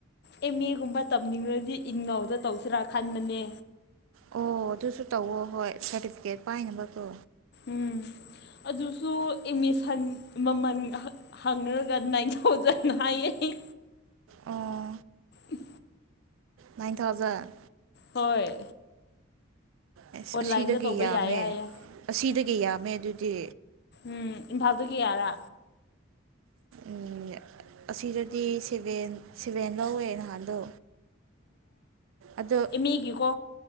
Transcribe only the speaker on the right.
ꯑꯣ ꯑꯗꯨ ꯑꯗꯨꯁꯨ ꯇꯧ ꯍꯣꯏ ꯁꯔꯇꯤꯐꯤꯀꯦꯠ ꯄꯥꯏꯅꯅꯕ ꯀꯣ
ꯑꯣ
ꯅꯥꯏꯟ ꯊꯥꯎꯖꯟ
ꯑꯦꯁ
ꯑꯁꯤꯗꯒꯤ
ꯌꯥꯝꯃꯦ
ꯑꯁꯤꯗꯒꯤ ꯀ ꯌꯥꯝꯃꯦ ꯑꯗꯨꯗꯤ
ꯎ ꯑꯁꯤꯗꯗꯤ ꯁꯚꯦꯟ ꯁꯚꯦꯟ ꯂꯧꯋꯦ ꯅꯍꯥꯟꯗꯣ ꯑꯗꯣ